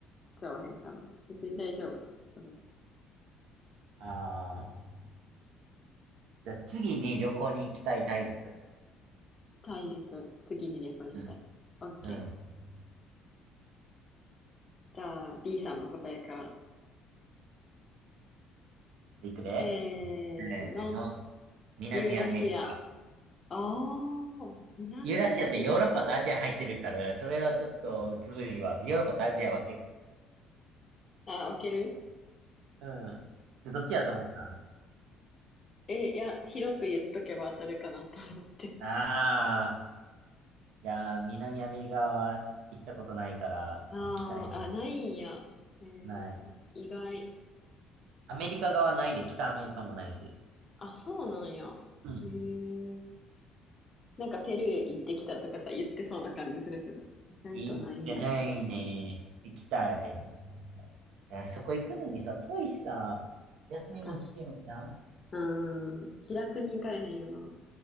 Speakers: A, on the left (about 35°); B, on the right (about 80°).
A: ちゃわへんかな。別に大丈夫か、それは。
B: ああ。じゃあ次に旅行に行きたい大陸。
A: 大陸、次に旅行に行きたい。
B: うん。
A: オッケー。
B: うん。
A: じゃあ、B さんの答えから。
B: いくで
A: せーの、
B: せーの、南アメリカ。
A: ユーラシア。おー、南アメリカの。
B: ユーラシアってヨーロッパとアジア入ってるから、それはちょっとずるいわ。ヨーロッパとアジア分ける。
A: あ置ける
B: うん。でどっちやと思った
A: え、いや、広く言っとけば当たるかなと思って。
B: あいやー、南アメリカは行ったことないから、
A: あー、
B: 行きたいね。
A: あ、ないんや。えー、
B: ない。
A: 意外。
B: アメリカ側ないで、北アメリカもないし。
A: あ、そうなんや。
B: うん。
A: へえ。なんかペルー行ってきたとかさ、言ってそうな感じするけど、意外とないんや。
B: 行ってないね。行きたい。いや、そこ行くのにさ、遠いしさ、休みも必要じゃん
A: 確かに。うーん。気楽に行かれへんよな。